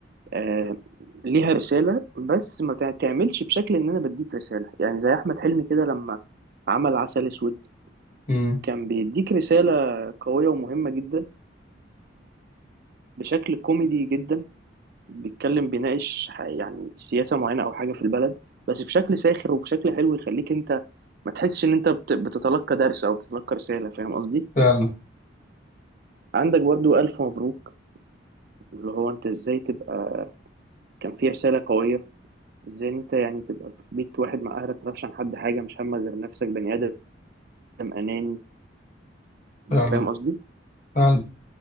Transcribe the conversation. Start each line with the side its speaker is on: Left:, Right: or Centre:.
Right: آه ليها رسالة بس ما تع- تعملش بشكل إن أنا بديك رسالة يعني زي أحمد حلمي كده لما عمل عسل أسود
Left: امم
Right: كان بيديك رسالة قوية ومهمة جدا بشكل كوميدي جدا بيتكلم بيناقش ح- يعني سياسة معينة أو حاجة في البلد بس بشكل ساخر وبشكل حلو يخليك أنت ما تحسش إن أنت بت- بتتلقى درس أو بتتلقى رسالة فاهم قصدي؟
Left: فعلا
Right: عندك برضو ألف مبروك اللي هو أنت إزاي تبقى كان فيه رسالة قوية إزاي إن أنت يعني تبقى في بيت واحد مع أهلك ما تعرفش عن حد حاجة مش همك غير نفسك بني آدم أناني
Left: فعلا
Right: أنت فاهم قصدي؟
Left: فعلا